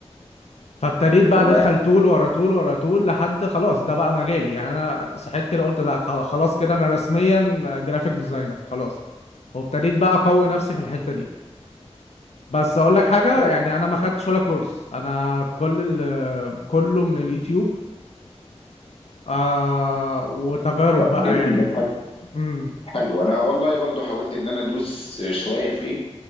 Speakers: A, on the left; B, on the left.
A: فابتديت بقى
B: والله
A: ادخل تول ورا تول ورا تول لحد خلاص ده بقى مجالي يعني انا صحيت كده قلت لا خ- خلاص كده انا رسميا جرافيك ديزاينر خلاص وابتديت بقى اقوي نفسي في الحته دي بس اقول لك حاجه
B: والله
A: يعني انا ما خدتش ولا كورس انا كل ال- كله من اليوتيوب آه وتجارب
B: طب
A: بقى
B: جميل
A: يعني
B: ده
A: امم
B: حلو انا والله برضو حاولت ان انا ادوس شويه فيه